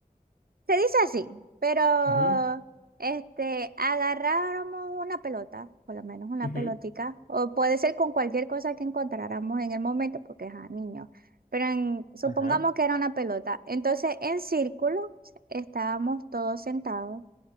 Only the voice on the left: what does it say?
Ujú.
Ujú,
Ajá.